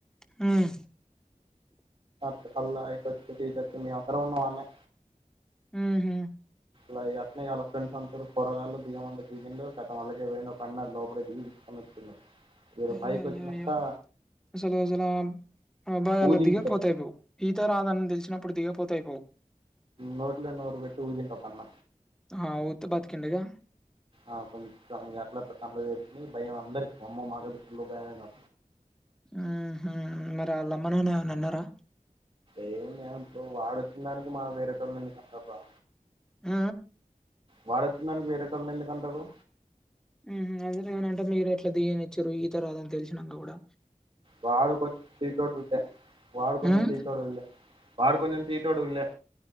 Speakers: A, in the centre; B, on the right.
A: హ్మ్.
B: స కళ్ళు తాగేసి వచ్ వచ్చిండు మేం అందరం ఉన్నాం ఆడనే
A: హుహు.
B: లా అట్నే అలా ఫ్రెండ్స్ అందరు పోరగాళ్లు దిగమంటే దిగిండు ఖతం అళ్ళకె పోయిండు ఒక అన్న లోపలే దిగి తీసుకోని వచ్చిండు వీళ్ళు
A: అయ్యో
B: పైకి
A: అయ్యో
B: వచ్చినంక
A: అయ్యో అసల్ అసలా ఆ అబ్బాయి అల్లా
B: ఊదింటి
A: దిగకపోతే అయిపోవు ఈత రాదని తెలిసినప్పుడు దిగికపోతే అయిపోవు
B: నోట్లో నోరు పెట్టి ఊదిండు ఒక అన్న
A: ఆ! ఊత్తే బతికిండిగా.
B: ఆ కొంచం అట్లా అట్లా కన్ను తేరి ఇ భయం అందరికి అమ్మో మాకు అసల్ ఫుల్ భయం అయ్యింది
A: ఆహా మరి వాళ్ళ అమ్మ నాన్న ఎమన్నా అన్నారా
B: ఏముంది ఇప్పుడు వాడు వచ్చిన దానికి మనం వేరేటోళ్ళని ఎందుకు అంటర్రా
A: ఆ
B: వాడొచ్చిందానికి వేరేటోళ్ళని ఎందుకంటరు.
A: ఉ హు అదే నేనంటే మీరు ఎట్లా దిగనిచ్చారు ఈత రాదని తెలిసినంక కూడా
B: వాడు కొంచం తిటోడు ఉండే వాడు కొంచం
A: హ్మ్.
B: తిటోడు లే వాడు కొంచెం తీటోడు లే